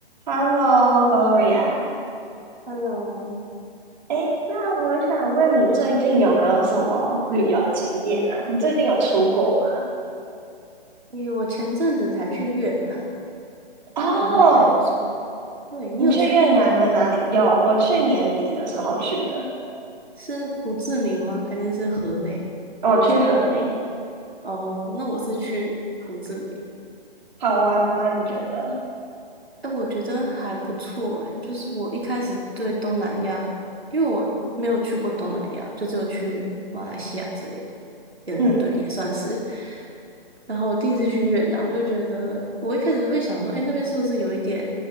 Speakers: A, on the right (about 45°); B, on the right (about 85°).
A: Hello, Gloria。
B: Hello，
A: 哎，那我想问你，最近有没有什么旅游经验啊？你最近有出国吗？
B: 诶，我前阵子才去越南，
A: 哦，
B: 觉得那里还不错。对，你有去过吗？
A: 你去越南的哪里？有，我去年底的时候去的，
B: 是胡志明吗？还是是河内？
A: 我去河内，
B: 哦，那我是去胡志明，
A: 好玩吗？你觉得？
B: 哎，我觉得还不错哎，就是我一开始对东南亚，因为我没有去过东南亚，就只有去马来西亚之类的，嗯，
A: 嗯，
B: 对，也算是。然后我第一次去越南，我就觉得我一开始会想说，哎，那边是不是有一点